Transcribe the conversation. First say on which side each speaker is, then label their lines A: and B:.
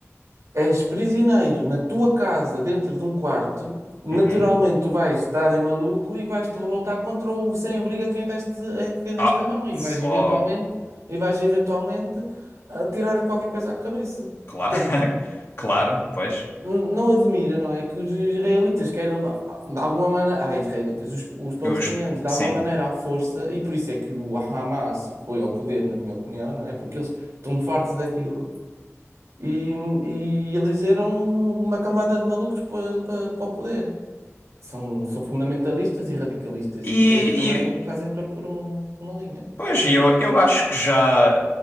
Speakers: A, on the right; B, on the left.
A: és prisioneiro na tua casa, dentro de um quarto, naturalmente
B: Uhum.
A: tu vais dar em maluco e vais te revoltar contra o sem-abrigo a quem deste, a quem deste
B: Ah,
A: a mão e
B: s-
A: vais
B: oh,
A: eventualmente, e vais eventualmente a tirar qualquer coisa à cabeça.
B: claro,
A: Portanto,
B: <laughs> claro, pois.
A: não admira, não é? Que os israelitas queiram, de de alguma maneira, ah, israelitas, os, os palestinianos,
B: Os,
A: de
B: sim.
A: alguma maneira à força, e por isso é que o Hamas foi ao poder, na minha opinião, não é? Porque eles estão fartos daquilo e, e elegeram uma camada de malucos para para o poder. São, são fundamentalistas e radicalistas,
B: E,
A: e depois também
B: e,
A: fazem torto por um- por uma linha.
B: Pois, eu, eu acho que já,